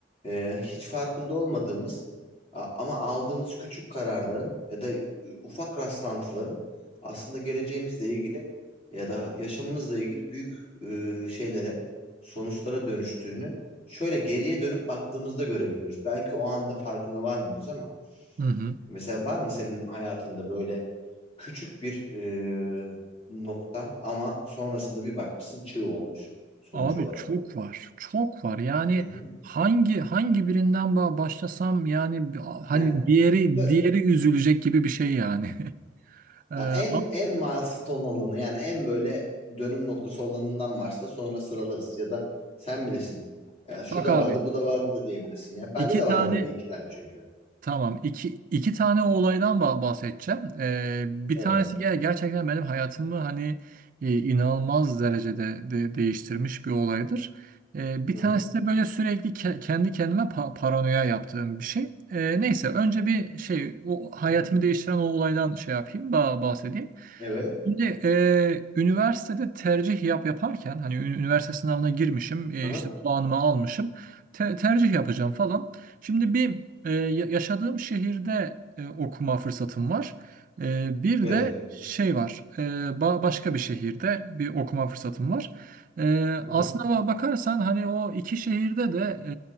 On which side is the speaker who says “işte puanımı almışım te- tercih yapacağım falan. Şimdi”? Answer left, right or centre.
Right